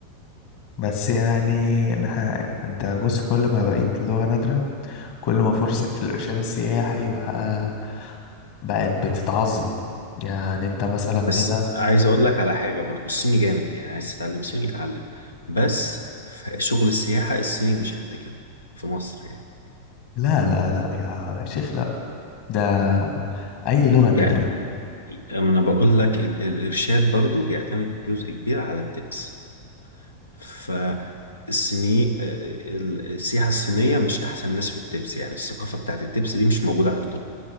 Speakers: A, on the left (about 45°); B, on the left (about 75°).
A: بس يعني انا ه... انت بص كل ما بقيت لغة نادرة كل ما فرصك في الارشاد السياحي بقى بقت بتتعظم يعني انت مثلا
B: بس
A: هنا
B: عايز اقول لك على حاجه برضو الصيني جامد يعني عايز تتعلم صيني يتعلم بس في شغل السياحه الصيني مش قد كده في مصر يعني
A: لا لا لا يا شيخ لا ده اي لغة نادرة
B: يعني أما انا بقول لك ال- ال- الارشاد برضو بيعتمد بجزء كبير على التبس فالصيني ال- السياحه الصينيه مش احسن ناس في التبس يعني الثقافه بتاعت التبس دي مش موجوده عندهم